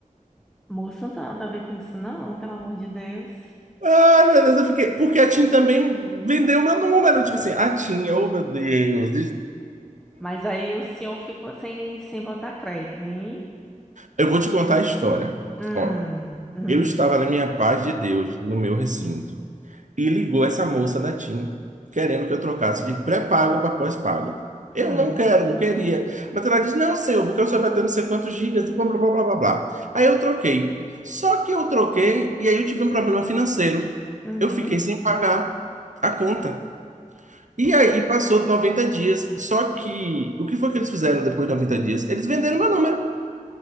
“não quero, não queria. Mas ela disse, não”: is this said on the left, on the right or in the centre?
Right